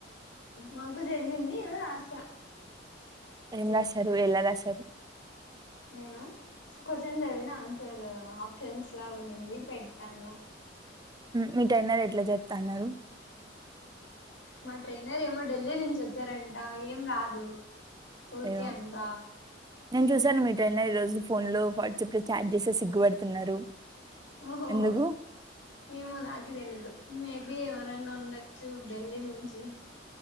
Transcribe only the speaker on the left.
మాకు జరిగింది ఏదో రాసా
నేను క్వశ్చన్ చదిన ఆన్సర్ ఆప్షన్స్ లా ఉంనింది పెట్టాను
మా ట్రైనర్ ఏమో ఢిల్లీ నుంచి వచ్చారంట ఏం రాదు ఊర్కే
అంత
ఓహోహో
ఏమో నాకు తెలీదు మేబి ఎవరైన్నా ఉండొచ్చు ఢిల్లీ నుంచి